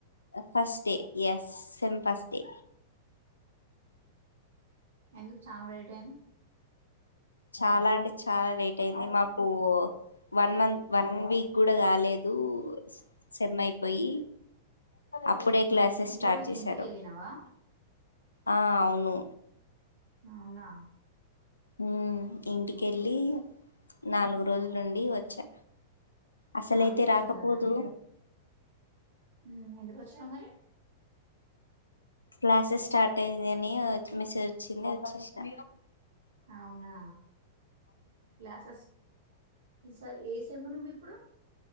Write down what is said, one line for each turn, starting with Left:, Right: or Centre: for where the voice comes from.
Left: first day yes same first day
Right: ఎందుకు చాల లేటయింది
Left: చాలా అంటే చాలా లేట్ అయింది మాకు వన్ మంత్ వన్ వీక్ కూడా కాలేదు సేమ్ అయిపోయి అప్పుడే
Right: మ్మ్
Left: క్లాసెస్
Right: ఎన్ని
Left: స్టార్ట్
Right: రోజులు
Left: చేశారు
Right: ఇంటికెళ్ళినావా
Left: ఆ అవును
Right: అవునా
Left: ఉమ్ ఇంటికెళ్ళి నాలుగు రోజులుండి వచ్చా అసలైతే
Right: నాలుగే రోజు
Left: రాకపోదు
Right: ఉన్నారా హు ఎం వచ్చ మరి
Left: క్లాసెస్ స్టార్ట్ అయింది అని మెసేజ్ వచ్చింది వచ్చేసినా
Right: అవునా క్లాసెస్ ఈసారి ఏ ఏమో నువ్ ఇప్పుడు